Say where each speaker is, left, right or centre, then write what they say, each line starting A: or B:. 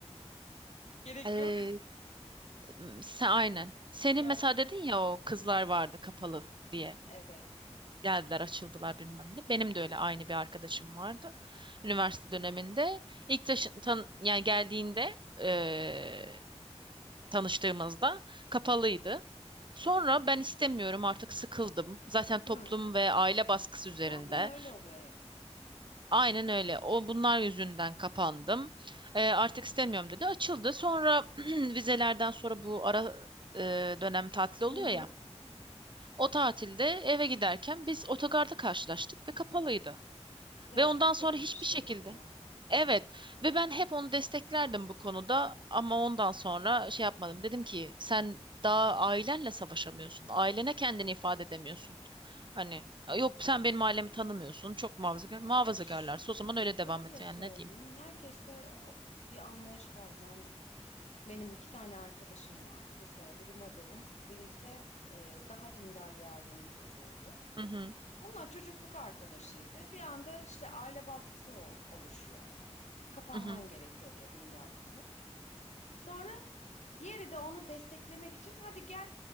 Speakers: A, on the left; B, on the right.
A: Gerek
B: <laughs>
A: yok.
B: Hmm, Sen aynen. Senin
A: Yes.
B: mesela dedin ya o kızlar vardı kapalı diye.
A: Evet.
B: Geldiler, açıldılar bilmem ne. Benim de öyle aynı bir arkadaşım vardı. Üniversite döneminde ilk taşı- tan yani geldiğinde eee, tanıştığımızda kapalıydı. Sonra ben istemiyorum artık sıkıldım. Zaten toplum
A: Hı.
B: ve aile baskısı
A: Zaten
B: üzerinde.
A: öyle oluyor hep.
B: Aynen öyle. O bunlar yüzünden kapandım. Eee, artık istemiyorum dedi. Açıldı. Sonra <clears throat> vizelerden sonra bu ara eee, dönem tatil oluyor
A: Hı hı.
B: ya. O tatilde eve giderken biz otogarda karşılaştık ve kapalıydı.
A: Ya
B: Ve ondan
A: çok
B: sonra
A: kötü
B: hiçbir
A: bir şey
B: şekilde.
A: bu ya.
B: Evet ve ben hep onu desteklerdim bu konuda ama ondan sonra şey yapmadım. Dedim ki sen daha ailenle savaşamıyorsun. Ailene kendini ifade edemiyorsun. Hani yok sen benim ailemi tanımıyorsun. Çok muhafazakar.
A: Ya
B: Muhafazakarlarsa
A: ş-
B: o zaman öyle devam
A: şöyle
B: et. Yani
A: söyleyeyim.
B: ne diyeyim?
A: Herkeste o bir anlayış var. Ben benim iki tane arkadaşım vardı. Mesela biri modern, biri ise e, daha dindar bir ailenin çocuğuydu.
B: Hı hı,
A: Onlar çocukluk arkadaşıydı. Bir anda işte aile baskısı ol- oluşuyor. Kapanman
B: hı hı,
A: gerekiyor diye dindar kızın. Sonra diğeri de onu desteklemek için hadi gel